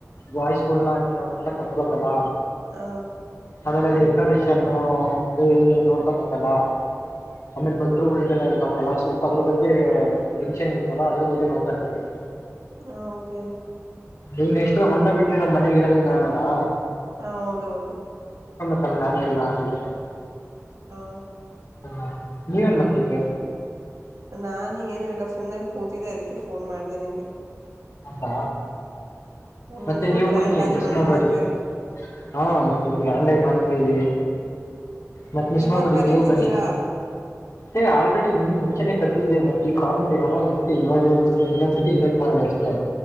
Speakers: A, on the left; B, on the right.
A: ಬಾಯ್ಸ್ ಗಳ್ನ ಆಗ್ಲಿ ಅವ್ರನ್ನೆಲ್ಲ ಕೊತ್ಬೇಕಲ್ಲ.
B: ಹ
A: ಆಮೇಲೆ ಡೆಕೋರೇಶ್ ನ್ನು ಅದು ಇದೆಲ್ಲ ನೋಡ್ಕೊಬೇಕಲ್ಲ ಆಮೇಲೆ ಭಕ್ತರುಗಳಿಗೆಲ್ಲ ಇರಬೇಕಲ್ಲ ಸ್ವಲ್ಪ ಅದ್ರ ಬಗ್ಗೆ ಟೆನ್ಷನ್ ಇರುತ್ತಲ್ಲ ಅದ್ರ ಬಗ್ಗೆ ನೋಡ್ಕತೀನಿ ಅಷ್ಟೇ.
B: ಹೌದೇನ್
A: ನೀ ನೆಕ್ಸ್ಟ್ ಮಣ್ಣ ಬಿಟ್ಟ್ರಿ ನ ಮನೆಗೆ ಇರೋದ ನಾನಲಾ.
B: ಹ ಹೌದೌದು.
A: ಕಲ್ಲ್ಲಾಣಿ ಎಲ್ಲ ಆಧಿಕ
B: ಹಾ.
A: ಹಾ ನೀವೇನ್ ಮಾಡ್ತಿದ್ದೆ.
B: ನಾನ ಏನು ಇಲ್ಲ ಸುಮನೆ ಕೂತಿದ್ದೆ ಅದಕ್ಕೆ ಫೋನ್ ಮಾಡ್ದ ನಿಂಗೆ
A: ಹಬ್ಬ.
B: ಹ್ಮ್
A: ಮತ್ತೆ
B: ಫುಲ್
A: ನೀವು
B: ಗ್ರ್ಯಾಂಡ್
A: ಬನ್ನಿ
B: ಆ ನಿಮ್
A: ಮಿಸ್
B: ಅಣ್ಣನ್
A: ಮಾಡ್ಬೇಡಿ
B: ಮದ್ವೆ
A: ಹಾ ಗಾಂಡಾಗ ಮಾಡ್ತೀವಿ. ಮತ್ ಮಿಸ್
B: ಇವಾಗ
A: ಮಾಡ್ಬೇಡಿ
B: ಕರೀತಿದ್ದೀರಾ
A: ನೀವು ಬನ್ನಿ. ಏ ಆಲ್ರೆಡಿ ನಿಮ್ ಮುಂಚೆನೆ ಕರ್ದಿದ್ದೆ ಮತ್ತೆ ಈ ಕಾಲ್ ಮಾಡಿರಲ್ಲ ಮತ್ತೆ ಇವಾಗ ಒಂದ ಇನ್ನೊಂದ್ಸರ್ತಿ ಇನ್ವೇಟ್ ಮಾಡದೆ ಅಷ್ಟೇ.